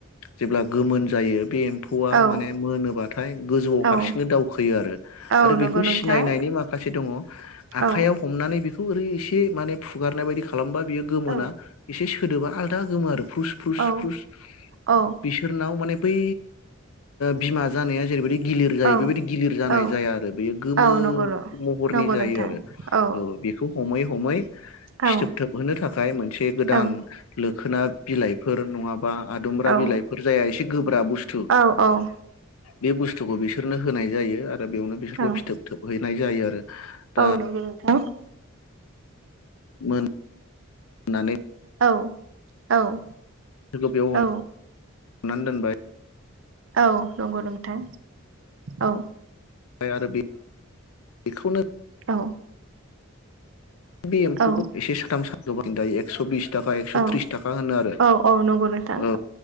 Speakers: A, on the left; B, on the right.
A: जेब्ला गोमोन जायो बे ए्फौआ
B: औ
A: माने मोनोबाथाय गोजौआव हारसिंनो
B: औ
A: दावखोयो आरो
B: औ
A: आरो
B: नंगौ
A: बेखौ
B: नोंथां
A: सिनायनायनि माखासे दंङ
B: औ
A: आखाइयाव हमनानै बेखौ बेखौ ओरै एसे माने फुगारनाय बायदि खालामबा बियो गोमोना
B: औ
A: एसे सोदोबा आलदा गोमो आरो। फुस फुस
B: औ
A: फुस
B: औ
A: बिसोरनाव माने बै बिमा जानाया जेरैबायदि गिलिर जायो
B: औ
A: बेबायदि गिलिर जानाय
B: औ
A: जाया आरो बेयो गोमो
B: औ नंगौ
A: महरनि
B: नंगौ
A: जायो
B: नोंथां
A: आरो।
B: औ
A: बेखौ हमै हमै
B: औ
A: फिथोबथोबहोनो थाखाय मोनसे गोदान
B: औ
A: लोखोना बिलाइफोर नंङाब्ला। बा आदुमब्रा
B: औ
A: बिलाइफोर जाया एसे गोब्रााब बुस्थु।
B: औ
A: बे बुस्थुखौ बिसोरनो होनाय जायो आरो बेयावनो बिसोरखौ
B: औ
A: फिथोब थोबहैनाय जायो आरो दा
B: औ औ नंगौ नोंथां
A: मोन होननानै
B: औ औ
A: बेयाव
B: औ
A: हमनानै दोनबाय।
B: औ नंगौ नोंथा औ।
A: आरोबि बेखौनो
B: औ
A: बे एम्फौखौ
B: औ
A: एसे साथाम साथ दायो एकस' बिस ताका एकस'तिस
B: औ
A: थाखा होनो आरो
B: औ औ नंगौ नोंथां
A: औ